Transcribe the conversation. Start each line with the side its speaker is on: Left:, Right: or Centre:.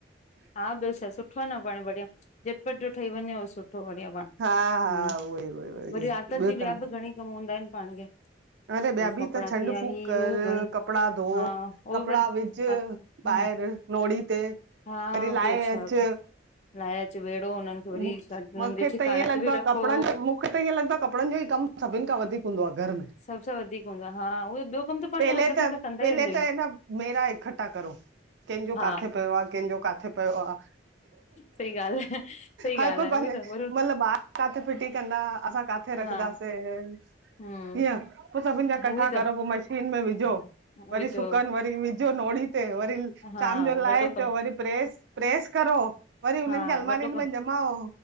Left: हा ॿियो छा आए सुठो आए न पाण बढ़िया झटपट जो ठही वञे ओ सु सुठो बढ़िया पाण,
Right: हा हा
Left: हम्म
Right: उहोई उहोई उहोई
Left: वरी आदति
Right: ॿियो
Left: जी
Right: त
Left: ॿिया बि घणेई कम हूंदा आहिनि पाण खे
Right: अरे ॿिया बि
Left: कपिड़ा
Right: त छंड
Left: थी विया
Right: फ़ूक
Left: ही
Right: कर,
Left: हू घणे
Right: कपड़ा धो
Left: हा उहो
Right: कपड़ा
Left: वरी
Right: विझ
Left: हा हम्म
Right: ॿाएर नोड़ी ते
Left: हा
Right: वरी लाए
Left: ॿियो छा
Right: अच
Left: लाइच वेड़ो हुननि खे वरी
Right: मूं
Left: हुननि
Right: मूंखे
Left: जे ठिकाणे
Right: त ईअं लॻंदो
Left: ते बि
Right: आए
Left: रखो
Right: कपड़नि जो मूंखे त ईअं लॻंदो आहे कपड़नि जो ई कम कमु सभिनि खां वधीक हूंदो आए घर
Left: सभ सां वधीक हूंदो आ हा उहो ॿियो कम त पाण
Right: पहले
Left: हलंदा
Right: त
Left: फिलंदा कंदा
Right: पहले
Left: ई रहंदा आहियूं
Right: त अइन मेरा इकट्ठा करो कंहिंजो
Left: हा
Right: काथे पयो आ कंहिंजो काथे पयो आ,
Left: सही ॻाल्हि आहे सही
Right: हर
Left: ॻाल्हि
Right: को
Left: आहे
Right: पंहिं
Left: उहोई त वरी
Right: मतलब ॿार काथे फिटी कंदा असां काथे रखदासें
Left: हा हम्म
Right: हीअं पो सभिनि जा कठा
Left: उहोई त
Right: करो पो मशीन में विझो
Left: विचो
Right: वरी सुकन वरी विझो नोड़ी ते वरी
Left: हा
Right: शाम जो लाए
Left: वॾो
Right: अचो
Left: कमु
Right: वरी प्रेस प्रेस करो वरी
Left: हा
Right: उननि खे अलमारियुनि
Left: वॾो कम
Right: में ॼमाओ